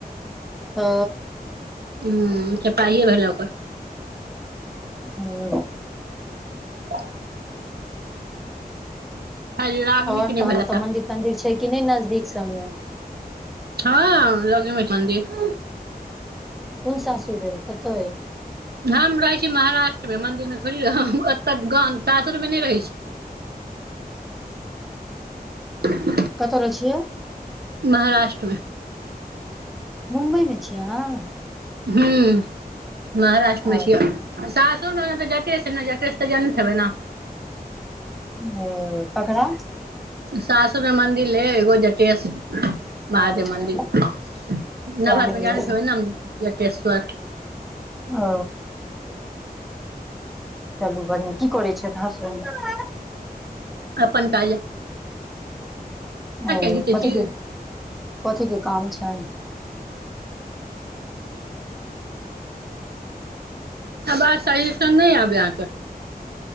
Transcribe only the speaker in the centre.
ओ।
हुं।
और
तखैन
ओतऽ मंदिर तंदिर छै कि नहि नजदीक सबमे।
कोन सासुर भेल पुतैर
कतऽ रहै छियै?
मुम्बई मे छियै अहाँ?
अ-
हं केकरा।
ओ
ज्ञान
गेलै
ओ चलू बढ़िआं। की करै छैथ हस्बैंड
ओ
कथि
के, कथी के काम छनि।